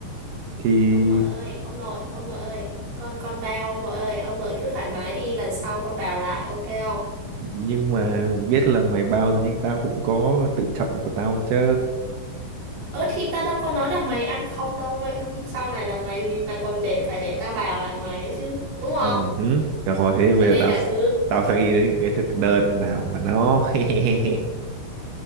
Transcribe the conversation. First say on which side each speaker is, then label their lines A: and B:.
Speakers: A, on the right (about 85°); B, on the right (about 70°).
A: Thì
B: ông nội ơi ông nội ông nội ơi con con bao ông nội ơi ông nội cứ thoải mái đi lần sau con bào lại ok không
A: nhưng mà biết là mày bao rồi nhưng tao cũng có tự trọng của tao chứ.
B: Ơ thì tao đâu có nói là mày ăn không đâu mày, Sau này là mày mày còn để phải để tao bào lại mày nữa chứ Đúng không?
A: Ừ, hứ. Được rồi thế
B: Cho
A: bây
B: nên
A: giờ tao
B: là cứ
A: tao sẽ nghĩ đến cái thực đơn nào mà nó <laughs>